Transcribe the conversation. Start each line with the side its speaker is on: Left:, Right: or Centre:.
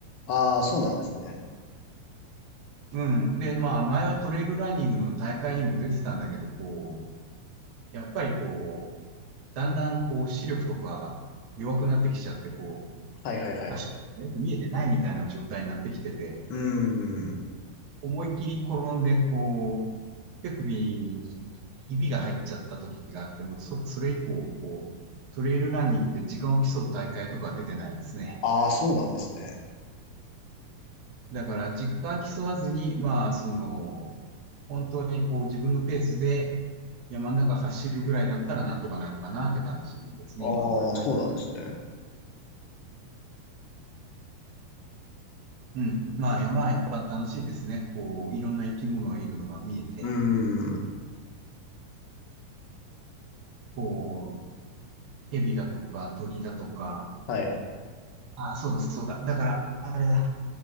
Left: ああ、そうなんですね。
Right: うん、で、まあ、前はトレイルランニングの大会にも出てたんだけど、こう、やっぱりこう、だんだんこう、視力とか弱くなってきちゃって、こう、
Left: はいはいはい。
Right: 足、よく見えてないみたいな状態になってきてて、
Left: うーん。
Right: 思いっきり転んで、こう、手首にひひびが入っちゃった時があって、もうそ、それ以降、こう、トレイルランニングで時間を競う大会とかは出てないですね。
Left: ああ、そうなんですね。
Right: だから、時間競わずに、まあ、その、本当にこう自分のペースで山の中走るぐらいだったらなんとかなるかなって感じですね、
Left: ああ、
Right: 今は。はい。
Left: そうなんですね。
Right: うん。まあ山はやっぱ楽しいですね。こう、いろんな生き物がいるのが見えて、
Left: うーん。
Right: こう、蛇だとか鳥だとか、
Left: はい。
Right: あ、そうだ、そうだ。だから、あれだ。